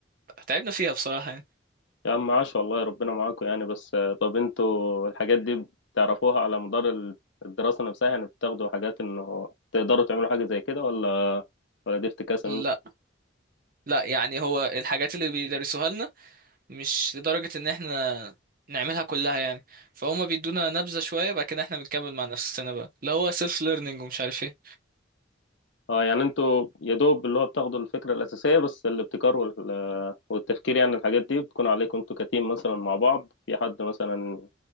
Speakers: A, on the right; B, on the left.
A: تعبنا فيها بصراحة يعني
B: يا عم عاش والله ربنا معاكم يعني بس آه، طب انتوا الحاجات دي بتعرفوها على مدار ال- الدراسه نفسها يعني بتاخدوا حاجات انه تقدروا تعملوا حاجه زي كده ولا ولا دي افتكاسه
A: لا لا يعني هو الحاجات اللي بيدرسوها لنا مش لدرجة ان احنا نعملها كلها يعني فهم بيدونا نبذة شوية بعد كده احنا بنكمل مع نفسنا بقى اللي هو سيلف ليرنينج ومش عارف ايه
B: اه يعني انتوا يا دوب اللي هو بتاخدوا الفكرة الأساسية بس الابتكار وال- والتفكير يعني الحاجات دي بتكون عليكم انتوا كتيم مثلا مع بعض في حد مثلا